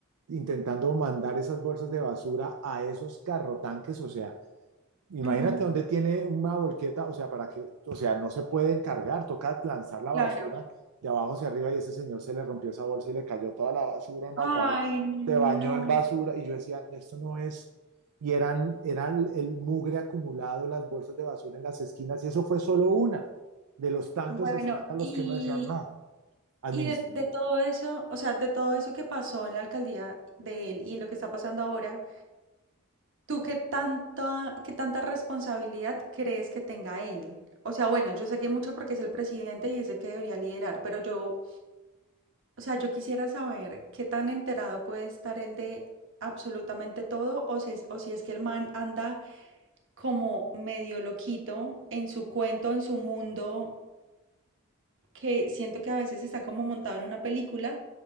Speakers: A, on the right; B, on the right.
A: intentando mandar esas bolsas de basura a esos carrotanques, o sea, Imagínate
B: ujú,
A: dónde tiene una volqueta, o sea, para que, o sea, no se pueden cargar toca lanzar la
B: claro.
A: basura de abajo hacia arriba y ese señor se le rompió esa bolsa y le cayó toda la basura en la
B: Ay,
A: cabeza,
B: no.
A: se bañó en basura y yo decía, esto no es, y eran, eran el mugre acumulado, las bolsas de basura en las esquinas y eso fue solo una de los tantos
B: Bueno,
A: escándalos
B: y,
A: que uno decía, no, administración.
B: Y de, de todo eso, o sea, de todo eso que pasó en la alcaldía de él y lo que está pasando ahora, ¿tú qué tanta, qué tanta responsabilidad crees que tenga él? O sea, bueno, yo sé que mucho porque es el presidente y es el que debería liderar, pero yo, o sea, yo quisiera saber qué tan enterado puede estar él de absolutamente todo o si es, o si es que el man anda como medio loquito en su cuento, en su mundo, que siento que a veces está como montado en una película